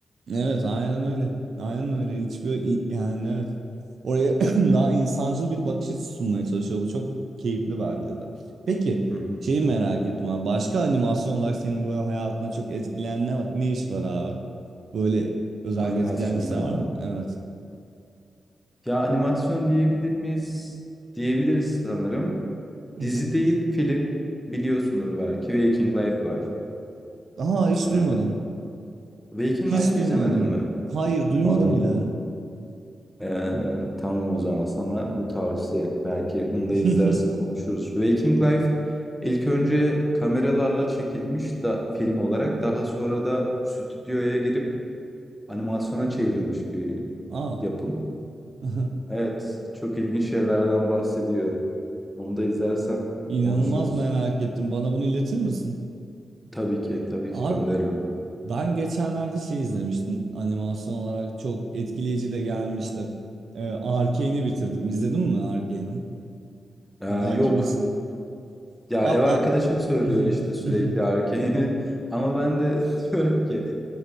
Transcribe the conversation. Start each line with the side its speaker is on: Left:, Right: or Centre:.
Right: Evet aynen öyle. Aynen öyle. Hiçbir yani evet. Oraya <clears throat> daha insancıl bir bakış açısı sunmaya çalışıyor. Bu çok keyifli bence de. Peki
Centre: Hı hı.
Right: şeyi merak ettim abi. Başka animasyon olarak senin böyle hayatına çok etkileyen ne, var- ne iş var abi? Böyle özellikle
Centre: Animasyonlardan.
Right: etkileyen işler var mı? Evet.
Centre: Ya animasyon diyebilir miyiz? Diyebiliriz sanırım.
Right: <laughs>
Centre: Dizi değil, film. Biliyorsundur belki. Waking Life var.
Right: Aha hiç
Centre: Ee,
Right: duymadım.
Centre: Waking
Right: Hiç
Centre: Life
Right: duymadım.
Centre: izlemedin mi?
Right: Hayır, duymadım
Centre: Abi,
Right: bile.
Centre: ee, tamam o zaman sana bu tavsiye. Belki bunu da
Right: <laughs>
Centre: izlersin konuşuruz. Waking Life ilk önce kameralarla çekilmiş da film olarak. Daha sonra da stüdyoya girip animasyona çevrilmiş bir
Right: Aa,
Centre: yapım.
Right: aha.
Centre: Evet, çok ilginç şeylerden bahsediyor. Onu da izlersen
Right: inanılmaz
Centre: konuşuruz.
Right: merak ettim. Bana bunu iletir misin?
Centre: Tabii ki, tabii
Right: Abi,
Centre: ki gönderirim.
Right: ben geçenlerde şey izlemiştim. Animasyon olarak çok etkileyici de gelmişti. Ee, Arcane'i bitirdim. İzledin mi Arcane'i?
Centre: Ee,
Right: Ee, Hakim
Centre: yok.
Right: misin?
Centre: Ya
Right: Abi,
Centre: ev arkadaşım
Right: a-
Centre: söylüyor
Right: <laughs>
Centre: işte sürekli Arcane'i. <laughs> Ama ben de <laughs> diyorum ki